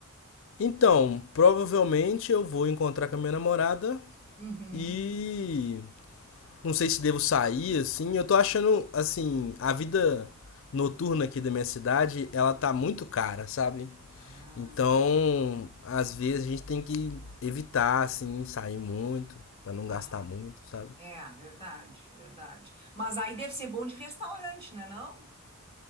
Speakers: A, on the left; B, on the right.
A: Então, provavelmente eu vou encontrar com a minha namorada
B: Uhum.
A: e não sei se devo sair assim. Eu tô achando assim, a vida noturna aqui da minha cidade, ela tá muito cara, sabe?
B: Ah,
A: Então,
B: entendi.
A: às vezes a gente tem que evitar, assim, sair muito, pra não
B: Aham.
A: gastar muito, sabe?
B: É, verdade, verdade. Mas aí deve ser bom de restaurante, né, não?